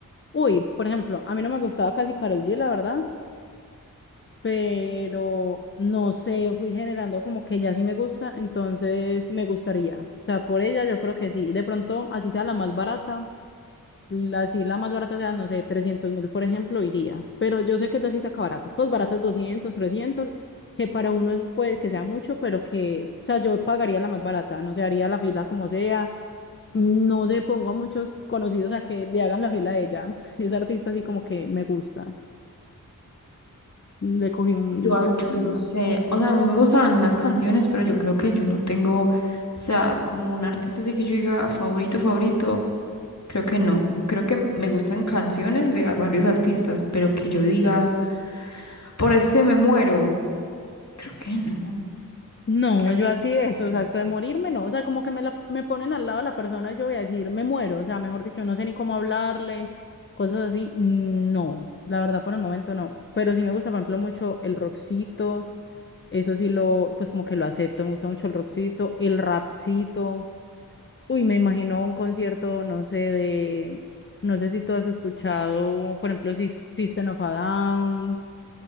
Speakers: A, on the left; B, on the left.
A: uy, por ejemplo, a mí no me gustaba casi Karol G, la verdad, pero no sé, fui generando como que ya sí me gusta, entonces me gustaría. O sea, por ella yo creo que sí. De pronto, así sea la más barata, la, así la más barata sea, no sé, trescientos mil, por ejemplo, iría. Pero yo sé que ya sí saca baratas, pues baratas 200 300 que para uno es, puede que sea mucho, pero que, o sea, yo pagaría la más barata, no sé, haría la fila como sea no se pongo a muchos conocidos a que le hagan la fila a ella. <laughs> Es artista así como que me gusta. Le cogí un,
B: Yo, a-
A: como
B: yo
A: unas-
B: no sé, o sea, a mí me gustan algunas canciones, pero yo creo que yo no tengo, o sea, como un artista así que yo diga favorito, favorito, creo que no. Creo que me gustan canciones de varios artistas, pero que yo diga, por este me muero, creo que no.
A: No,
B: Creo
A: yo
B: que
A: así de eso,
B: no.
A: exacto, de morirme, no. O sea, como que me la, me ponen al lado de la persona y yo voy a decir, me muero. O sea, mejor dicho, no sé ni cómo hablarle, cosas así. Mm, No, la verdad por el momento no. Pero sí me gusta, por ejemplo, mucho el rockcito. Eso sí lo, pues como que lo acepto. Me gusta mucho el rockcito, el rapcito. Uy, me imagino un concierto, no sé, de, no sé si tú has escuchado, por ejemplo, si System of a Down,